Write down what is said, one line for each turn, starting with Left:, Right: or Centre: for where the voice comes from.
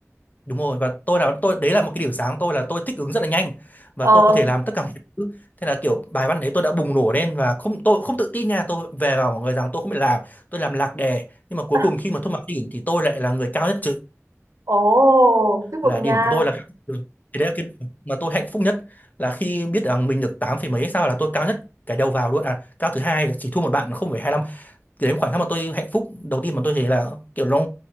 Left: Đúng rồi và tôi là tôi đấy là một cái điểm sáng của tôi là tôi thích ứng rất là nhanh và
Right: ờ
Left: tôi có thể làm tất cả mọi thứ. Thế là kiểu bài văn đấy tôi đã bùng nổ lên và không tôi không tự tin nha, tôi về bảo mọi người rằng tôi không biết làm, tôi làm lạc đề nhưng mà cuối
Right: <laughs>
Left: cùng khi mà thông báo điểm thì tôi lại là người cao nhất trường
Right: ồ chúc mừng
Left: là điểm
Right: nha
Left: của tôi là cao nhất trường. Thì đấy là cái mà tôi hạnh phúc nhất là khi biết rằng mình được 8 phẩy mấy hay sao là tôi cao nhất cái đầu vào luôn à cao thứ hai chỉ thua một bạn là 0,25 thì đấy là khoảnh khắc mà tôi hạnh phúc đầu tiên mà tôi thấy là kiểu nó